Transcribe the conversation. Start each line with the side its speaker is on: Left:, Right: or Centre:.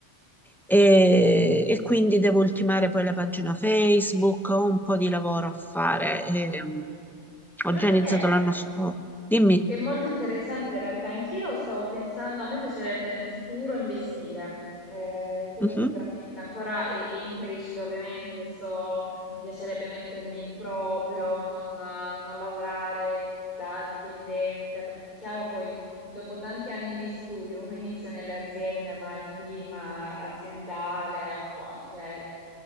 Centre: E, e quindi devo ultimare poi la pagina Facebook, ho un po' di lavoro a fare. ehm, ho
Left: Lo
Centre: già
Left: sai
Centre: iniziato
Left: che?
Centre: l'anno scorso. Dimmi.
Left: Che è molto interessante in realtà, anch'io stavo pensando, a me piacerebbe nel futuro investire, eh, quello
Centre: Mhm.
Left: sicuramente, ancora è, è in crescita ovviamente, questo mi piacerebbe mettermi in proprio, non, eh, non lavorare da dipendente, perché è chiaro poi dopo tanti anni di studio uno inizia nelle aziende, ma il clima aziendale, un po' anche eh,